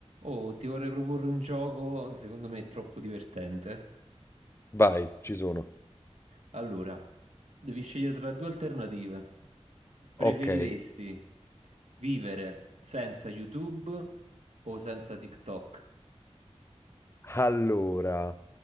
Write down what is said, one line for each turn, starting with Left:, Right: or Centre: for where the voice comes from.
Right: Oh, ti vorrei proporre un gioco che secondo me è troppo divertente.
Left: Vai, ci sono.
Right: Allora, devi scegliere tra due alternative. Preferiresti
Left: Ok,
Right: vivere senza YouTube o senza TikTok?
Left: allora,